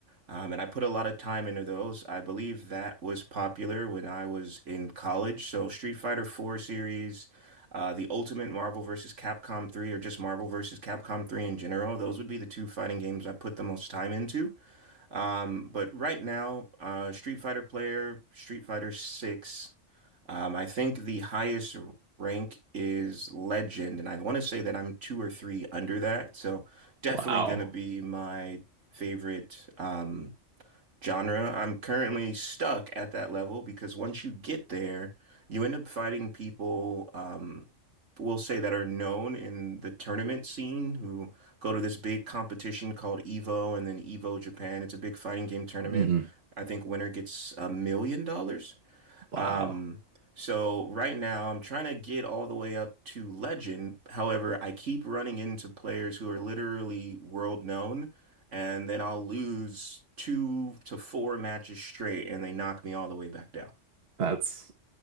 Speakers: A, on the right (about 75°); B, on the right (about 60°).
A: Um, and I put a lot of time into those. I believe that was popular when I was in college. So Street Fighter 4 series, uh, the Ultimate Marvel vs. Capcom 3, or just Marvel vs. Capcom 3 in general, those would be the two fighting games I put the most time into. Um, but right now, uh, Street Fighter player, Street Fighter 6. Um, I think the highest rank is legend, and I want to say that I'm two or three under that. So definitely
B: Wow.
A: gonna be my favorite um, genre. I'm currently stuck at that level because once you get there, you end up fighting people. Um, We'll say that are known in the tournament scene who go to this big competition called EVO and then EVO Japan. It's a big fighting game tournament.
B: hmm
A: I think winner gets a million dollars.
B: Wow.
A: Um, so right now I'm trying to get all the way up to legend. However, I keep running into players who are literally world known, and then I'll lose two to four matches straight, and they knock me all the way back down.
B: That's